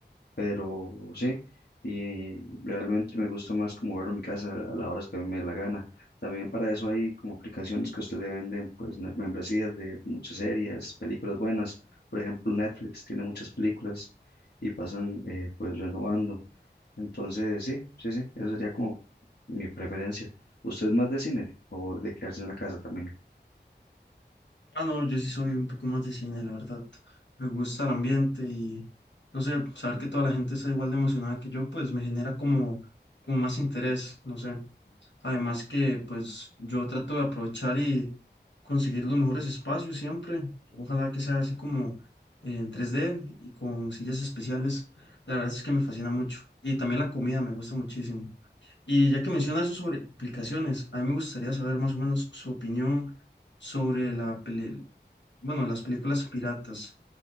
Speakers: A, on the left; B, on the left.
A: pero sí, y realmente me gusta más como verlo en mi casa a las horas que a mí me dé la gana. También para eso hay como aplicaciones que a usted le venden, pues ne- membresías de muchas series, películas buenas. Por ejemplo, Netflix tiene muchas películas y pasan eh, pues renovando. Entonces, sí, sí, sí, eso sería como mi preferencia. ¿Usted es más de cine o de quedarse en la casa también?
B: Ah, no, yo sí soy un poco más de cine, la verdad. Me gusta el ambiente y, no sé, saber que toda la gente está igual de emocionada que yo, pues me genera como, como más interés, no sé. Además que, pues, yo trato de aprovechar y conseguir los mejores espacios siempre. Ojalá que sea así como eh, en tres d y con sillas especiales. La verdad es que me fascina mucho. Y también la comida me gusta muchísimo. Y ya que menciona eso sobre aplicaciones, a mí me gustaría saber más o menos su opinión sobre la, peli- bueno, las películas piratas,